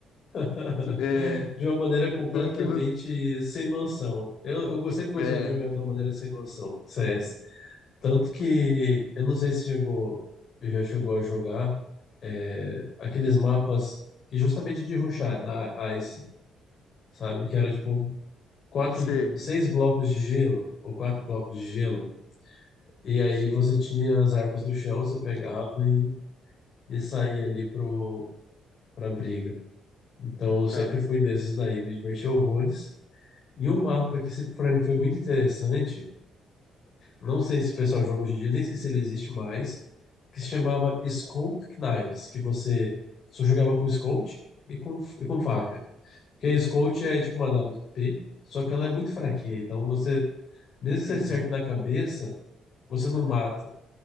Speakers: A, on the left (about 55°); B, on the left (about 80°).
A: <laughs>
B: É,
A: De uma maneira completamente
B: sendo que você.
A: sem noção. Eu, eu sempre gostei
B: É,
A: de jogar de uma maneira sem noção, CS. Tanto que eu não sei se chegou, já chegou a jogar é, aqueles mapas que justamente de rushar da Ice, sabe? Que era tipo quatro,
B: sei,
A: seis blocos de gelo ou quatro blocos de gelo. E aí
B: sim,
A: você tinha as armas do chão, você pegava e, e saía ali pro, pra briga. Então eu sempre
B: cara,
A: fui desses daí, me diverti horrores. E um mapa que sempre pra mim foi muito interessante Não sei se o pessoal joga hoje em dia, nem sei se ele existe mais, que se chamava Scout Knives, que você só jogava com Scout e com, e com faca. Porque a Scout é tipo uma WP, só que ela é muito fraquinha, então você, mesmo que
B: sim.
A: você acerte na cabeça, você não mata.